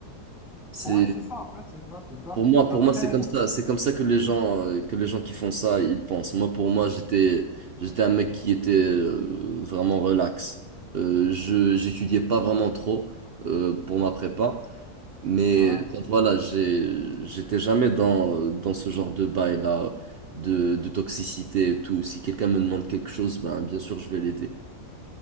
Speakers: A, on the right; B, in the centre.
A: C'est
B: Ouais, c'est ça en fait, c'est ça, c'est ça.
A: pour moi, pour
B: Après,
A: moi, c'est comme ça. C'est comme ça que les gens, euh, que les gens qui font ça, ils pensent. Moi, pour moi, j'étais, j'étais un mec qui était euh, vraiment relax. Euh, je, j'étudiais pas vraiment trop euh, pour ma prépa, mais
B: ouais,
A: enfin, voilà, j'ai, j'étais jamais dans euh, dans ce genre de bail-là, de de toxicité et tout. Si quelqu'un me demande quelque chose, ben bien sûr, je vais l'aider.